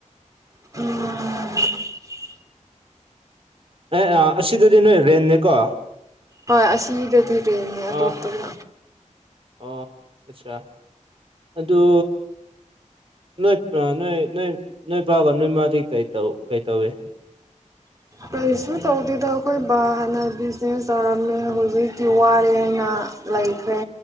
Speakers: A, on the right (about 25°); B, on the right (about 45°).
A: <unintelligible>
B: ꯑꯦ ꯑꯥ ꯑꯁꯤꯗꯗꯤ ꯅꯣꯏ ꯔꯦꯟꯅꯦꯀꯣ꯫
A: ꯍꯣꯏ ꯑꯁꯤꯗꯗꯤ ꯔꯦꯟꯅꯦ
B: ꯑꯥ
A: ꯑꯇꯣꯞꯄꯗ꯫
B: ꯑꯣ ꯑꯠꯆꯥ ꯑꯗꯨ, ꯅꯣꯏ ꯅꯣꯏ ꯅꯣꯏ ꯅꯣꯏ ꯕꯥꯕ ꯅꯣꯏ ꯃꯥꯗꯤ ꯀꯩꯇꯧ ꯀꯩ ꯇꯧꯋꯦ?
A: ꯀꯔꯤꯁꯨ ꯇꯧꯗꯦꯗ ꯑꯩꯈꯣꯏ ꯕꯥ ꯍꯥꯟꯅ ꯕꯤꯖꯤꯅꯦꯁ ꯇꯧꯔꯝꯃꯦ ꯍꯧꯖꯤꯛꯇꯤ ꯋꯥꯔꯦꯅ, ꯂꯩꯈ꯭ꯔꯦ꯫